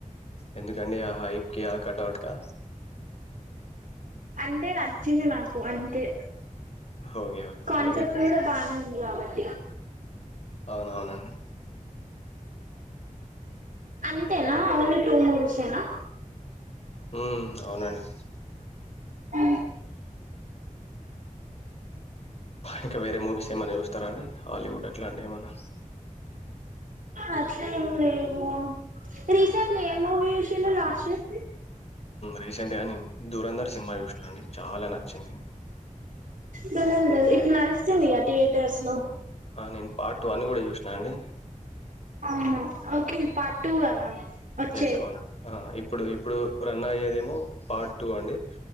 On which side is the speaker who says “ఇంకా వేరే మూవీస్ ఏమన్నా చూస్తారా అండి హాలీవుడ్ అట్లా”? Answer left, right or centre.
Left